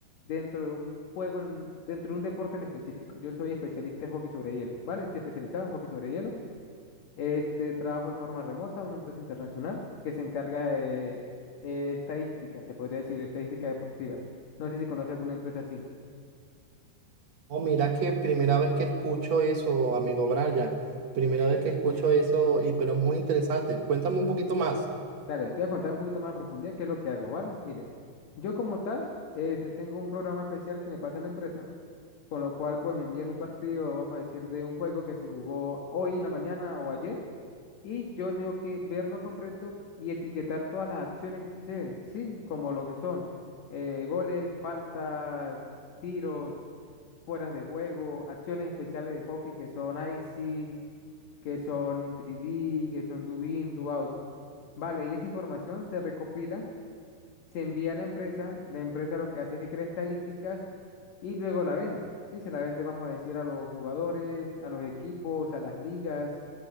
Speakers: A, on the left; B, on the right.
A: dentro de un juego, en- dentro de un deporte en específico. Yo soy especialista en hockey sobre hielo, ¿vale? Estoy especializado en hockey sobre hielo. Este trabajo de forma remota a una empresa internacional que se encarga de eh, estadísticas, se podría decir, estadísticas deportivas. No sé si conoce alguna empresa así.
B: Oh, mira que primera vez que escucho eso, amigo Brian. Primera vez que escucho eso, y pero es muy interesante. Cuéntame un poquito más.
A: Dale, te voy a contar un poquito más a profundidad qué es lo que hago, ¿vale? Mire, yo como tal, este, tengo un programa especial que me pasa la empresa, con lo cual pues me envían un partido, vamos a decir, de un juego que se jugó hoy en la mañana o ayer, y yo tengo que verlo completo y etiquetar todas las acciones que suceden, ¿sí? Como lo que son eh, goles, faltas, tiros, fueras de juego, acciones especiales de hockey que son icing, que son in 3D, que son do in, do out. Vale, y esa información se recopila, se envía a la empresa, la empresa lo que hace es que crea estadísticas y luego la vende, ¿sí? Se la vende, vamos a decir, a los jugadores, a los equipos, a las ligas,